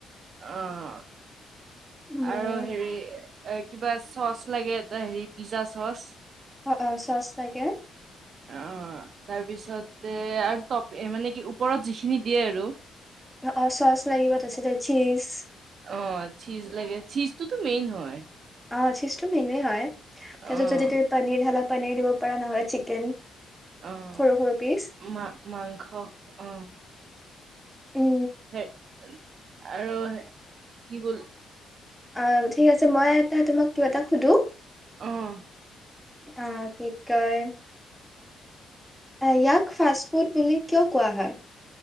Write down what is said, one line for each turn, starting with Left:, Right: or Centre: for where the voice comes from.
Right: আহ
Centre: উম।
Right: আৰু হেৰি এ কিবা চচ লাগে এটা হেৰি পিজ্জা চচ
Centre: অ অ চচ তাগে
Right: অ তাৰপিছতে আৰু তটপ মানে কি ওপৰত যিখিনি দিয়ে আৰু
Centre: অ অ চ'চ লাগিিব তছে ত চিজ
Right: অ চিজ লাগে চিজটোতো মেইন হয়
Centre: অ চিষ্টু মেনুৱে হয়
Right: অ'।
Centre: তছাতত যদি তুমি পীীৰ ঢাল পান দিব নহ চিকেন
Right: অ',
Centre: সৰু সৰু পি
Right: মা মাংস অ',
Centre: উ
Right: হে আৰু আৰু কি বোল
Centre: অ ঠিক আছে মই এটা তোমাক কিবা এটা সুধো
Right: অ'।
Centre: আহ কি কয় ইয়াক ফাষ্ট ফুড বুলি কিয় কোৱা হয়